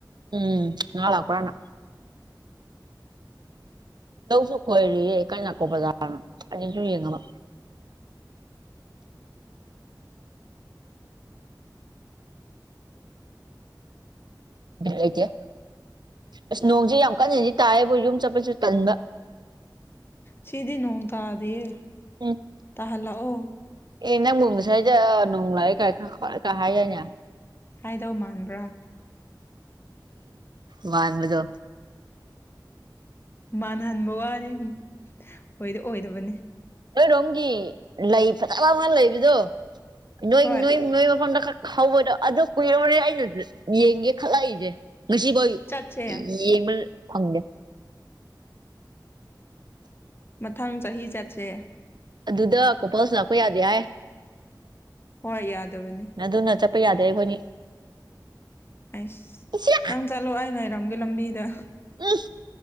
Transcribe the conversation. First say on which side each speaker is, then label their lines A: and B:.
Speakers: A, on the right (about 70°); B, on the left (about 30°).
A: ꯎꯝ ꯅꯅꯥ ꯀꯅ ꯂꯧꯁꯨ ꯈꯣꯏꯔꯤ ꯀꯩꯅ ꯅꯅꯥꯀꯣ ꯕꯖꯥꯔꯅ ꯑꯩꯅꯁꯨ ꯌꯦꯡꯉꯕ ꯂꯩꯇꯦ ꯑꯁ ꯅꯣꯡꯁꯦ ꯌꯥꯝ ꯀꯟꯅꯗꯤ ꯇꯥꯏꯑꯦꯕꯨ ꯌꯨꯝ ꯆꯠꯄꯁꯨ ꯇꯟꯕ
B: ꯁꯤꯗꯤ ꯅꯣꯡ ꯇꯥꯗꯌꯦ
A: ꯎꯝ
B: ꯇꯍꯜ ꯂꯥꯛꯑꯣ
A: ꯑꯦ ꯅꯪ ꯃꯁ꯭ꯔꯖ ꯅꯅꯨꯡꯂꯥꯏꯈ ꯀ ꯍꯥꯏ ꯌꯥꯅꯤ
B: ꯍꯥꯏꯗꯧ ꯃꯥꯟꯕ꯭ꯔꯥ
A: ꯋꯥꯕꯨꯗꯣ
B: ꯃꯥꯟꯅꯍꯟꯕ ꯋꯥꯅꯤ ꯑꯣꯏꯗ ꯑꯣꯏꯗꯕꯅꯤ
A: ꯅꯣꯏꯔꯣꯝꯒꯤ ꯂꯩ ꯐꯖꯕ ꯃꯥ ꯂꯩꯕꯗꯣ ꯅꯣꯏ
B: ꯍꯣꯏ
A: ꯅꯣꯏ ꯅꯣꯏ ꯃꯐꯝꯗꯛ ꯍꯧꯕꯗꯣ ꯑꯗ ꯀꯨꯏꯔꯕꯅꯤ ꯑꯩꯅꯁꯨ ꯌꯦꯡꯒꯦ ꯈꯜꯂꯛꯏꯁꯦ ꯉꯁꯤꯐꯥꯎ
B: ꯆꯆꯦ
A: ꯌꯦꯡꯕꯜ ꯐꯪꯗꯦ
B: ꯃꯊꯪ ꯆꯍꯤ ꯆꯠꯁꯦ
A: ꯑꯗꯨꯗ ꯀꯣꯄꯜꯁꯨ ꯂꯥꯛꯄ ꯌꯥꯗꯦ ꯍꯥꯏ
B: ꯍꯣꯏ ꯌꯥꯗꯕꯅꯤ
A: ꯑꯗꯨꯅ ꯆꯠꯄ ꯌꯥꯗꯦ ꯑꯩꯈꯣꯏꯅꯤ
B: ꯑꯩꯁ
A: ꯏꯆꯦ
B: ꯅꯪ ꯆꯠꯂꯣ ꯑꯩ ꯉꯥꯏꯔꯝꯒꯦ ꯂꯝꯕꯤꯗ
A: ꯎꯝ